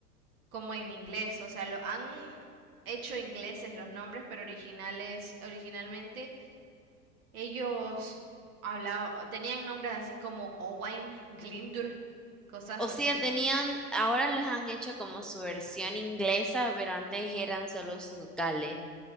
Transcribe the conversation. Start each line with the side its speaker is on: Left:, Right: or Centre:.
Right: como en inglés, o sea, lo han hecho ingleses los nombres, pero originales, originalmente ellos hablaban, tenían nombres así como Owain, Glindur, cosas
Centre: O
Right: así.
Centre: sea, tenían, ahora les han hecho como su versión inglesa, pero antes eran solo sus gales.